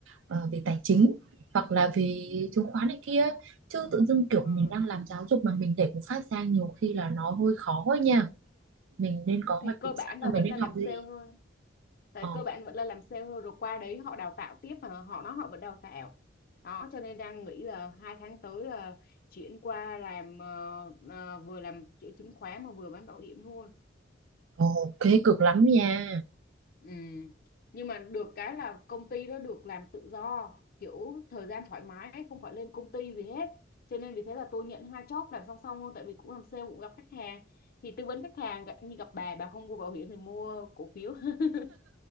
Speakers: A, on the right (about 80°); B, on the left (about 50°).
A: ờ, về tài chính hoặc là về chứng khoán này kia chứ tự dưng kiểu
B: Ờ,
A: mình đang làm giáo dục mà mình để một phát ra nhiều khi là nó hơi khó ấy nha mình nên có
B: thì
A: hoạch
B: cơ
A: định
B: bản
A: sẵn là
B: là vẫn
A: mình nên
B: là làm
A: học
B: sale
A: gì
B: thôi. Tại
A: ờ
B: cơ bản vẫn là làm sale thôi rồi qua đấy họ đào tạo tiếp mà họ nói họ vẫn đào tạo. Đó cho nên đang nghĩ là hai tháng tới là chuyển qua làm ờ, ờ, vừa làm chữa chứng khoán mà vừa bán bảo hiểm luôn.
A: ok cực lắm nha
B: Ừ. Nhưng mà được cái là công ty đó được làm tự do kiểu thời gian thoải mái không phải lên công ty gì hết cho nên vì thế là tôi nhận hai job làm song song luôn tại vì cũng làm sale cũng gặp khách hàng thì tư vấn khách hàng gặp- như gặp bà bà không mua bảo hiểm thì mua cổ phiếu <laughs>